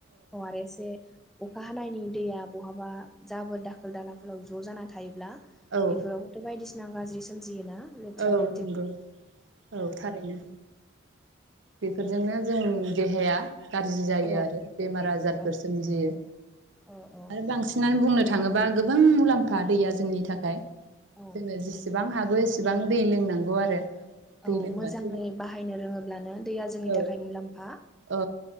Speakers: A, in the centre; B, on the right (about 70°).
A: औ आरो एसे अखा हानायनि दैया बहाबा जाबोर दाखोर दालाफोराव ज' जाना थायोब्ला
B: औ
A: बेफोरावबोथ' बायदिसि ना गाज्रि सोमजियोना लेथ्रा
B: औ
A: बे
B: नंगौ औ थारैनो बेफोरजोंनो जों देहाया गाज्रि जायो
A: औ
B: आरो बेमार आजारफोर
A: औ
B: सोमजियो
A: औ औ
B: आरो बांसिनानो बुंनो थां थाङोबा गोबां मुलाम्फा दैया जोंनि थाखाय जोङो
A: औ
B: जेसेबां हागौ एसेब बिसेबां दै लोंनांगौ आरो दै
A: औ
B: लोंबासो
A: मोजाङै बाहायनो रोङोब्लानो दैया जोंनि
B: औ
A: थाखाय मुलाम्फा
B: औ